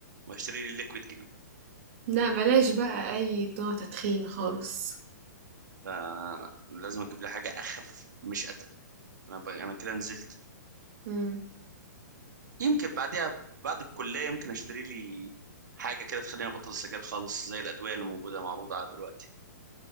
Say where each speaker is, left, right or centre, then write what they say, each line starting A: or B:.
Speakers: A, on the right; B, on the right.
A: وهشتري لي ليكويد جديد
B: لا بلاش بقى اي نوع تدخين خالص
A: فلازم اجيب لي حاجه اخف مش اتقل انا ب... انا كده نزلت
B: امم
A: يمكن بعديها بعد الكليه يمكن اشتري لي حاجه كده تخليني ابطل السجاير خالص زي الادويه اللي موجوده معروضه على دلوقتي